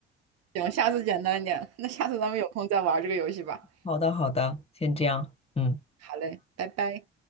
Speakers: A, on the right; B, on the left.
A: 行，下次简单点，那下次咱们有空再玩这个游戏吧。
B: 好的，好的，先这样，嗯。
A: 好嘞，拜拜。